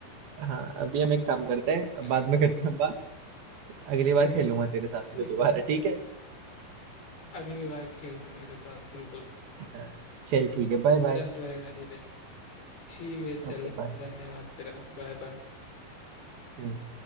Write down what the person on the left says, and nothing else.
अच्छा
लगा
<laughs>
ठीक
है
अगली बार खेल तू मेरे साथ बिल्कुल
डन रहेगा जी डन ठीक है चल
धन्यवाद तेरा बाय बाय